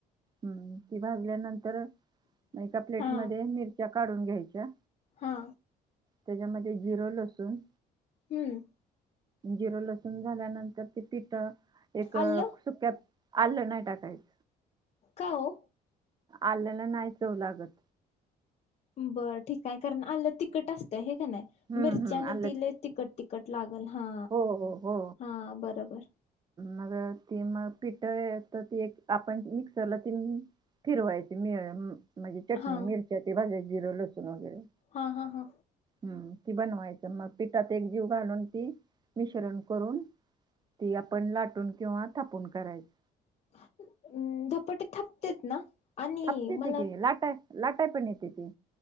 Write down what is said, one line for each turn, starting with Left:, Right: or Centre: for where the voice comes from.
Right: हम्म... ती भाजल्यानंतर एका प्लेटमध्ये
Left: हा
Right: मिर त्या काढून घ्यायच्या
Left: हा
Right: त्याच्यामध्ये जिरं लसून
Left: हुं
Right: जिरं लसूण झाल्यानंतर... ते पिठ.. एक
Left: आलं
Right: सुक्या आलं नाही टाकायचं
Left: का ओ?
Right: आल्याला नाही चव लागत
Left: बरं ठीक हाय... कारण आलं तिखट असतं, है का नाय...
Right: हम्म
Left: मिरची
Right: हम्म
Left: आणि
Right: आलं
Left: ते लई तिखट तिख तिखट लागल... हा...
Right: हो हो हो
Left: हा बरोबर
Right: मग ते मग <unintelligible> तर ते एक आपण मिक्सरला ती फिरवायची... मी... म्हणजे चटणी
Left: हा
Right: मिरच्या ते भाज्या जिरं लसूण वगैरे
Left: हा हा हा
Right: हम्म... ती बनवायचं मग.... पिठात एकजीव घालून ती मिश्रण करून... ती आपण लाटून किंवा थापून करायचं
Left: अ... धपाटे थापतेेत ना आणि
Right: थापते
Left: मला
Right: ते की लाटाय लाटाय पण येते ती